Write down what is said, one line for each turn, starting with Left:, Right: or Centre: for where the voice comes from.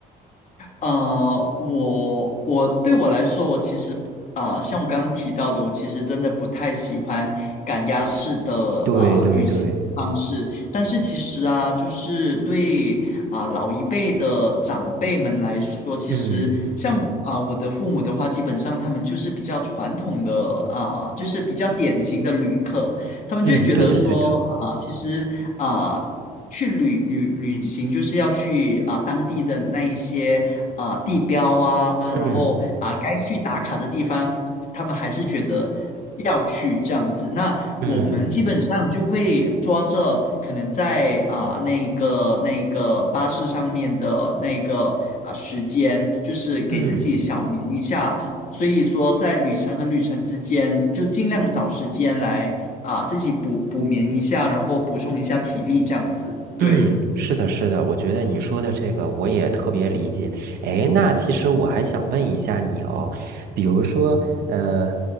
Left: 呃，我我对我来说，我其实啊，呃像我刚刚提到的，我其实真的不太喜欢赶鸭式的啊呃旅行方式。
Right: 对对对，
Left: 但是其实啊，就是对啊、老一辈的长辈们来说，其实像啊、
Right: 嗯
Left: 呃我的父母的话，基本上他们就是比较传统的啊、就是比较典型的旅客。他们就会觉得说，
Right: 嗯，对的对的，
Left: 啊、其实啊、呃去旅旅旅行就是要去啊、呃当地的那一些啊、呃地标啊，然后啊、
Right: 嗯
Left: 该去打卡的地方，他们还是觉得要去这样子。那我们基本上就会抓着可能在啊、
Right: 嗯
Left: 那个那个巴士上面的那个啊、时间，就是给自己小眠一下。
Right: 嗯。
Left: 所以说，在旅程和旅程之间，就尽量找时间来啊，自己补补眠一下，然后补充一下体力，这样子。对，
Right: 嗯，是的，是的，我觉得你说的这个我也特别理解。哎，那其实我还想问一下你哦，比如说，呃，